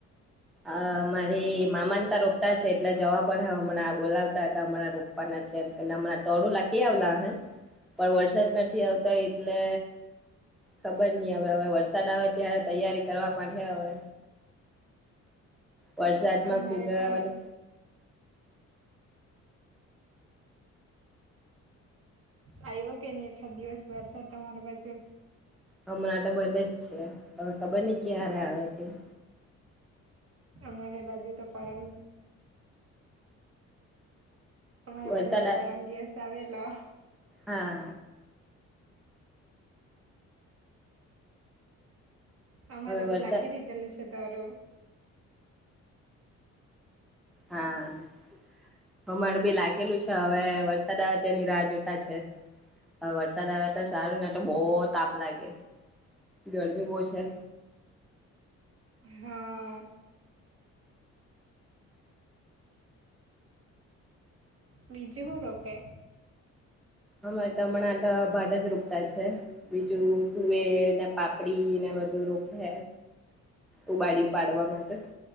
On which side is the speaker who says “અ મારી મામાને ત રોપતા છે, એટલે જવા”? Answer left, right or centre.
Centre